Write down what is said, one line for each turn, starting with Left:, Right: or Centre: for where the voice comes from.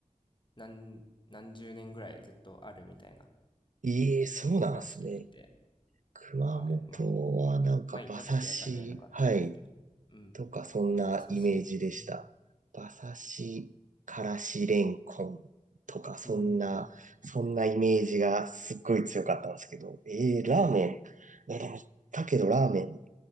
Left: 何、何十年ぐらいずっとあるみたいな
Right: ええ、そうなんすね。
Left: らしくて、
Right: 熊本はなんか馬刺し、
Left: はい。まあ、前いた時は食べれなかったんですけど、
Right: はい、
Left: うん。
Right: とかそんなイメージでした。
Left: あ、馬刺し、うん。
Right: 馬刺し、からしれんこんとかそんな、
Left: うん。
Right: そんなイメージがすっごい強かったんですけど、ええ、ラーメン。え、でも、だけどラーメン。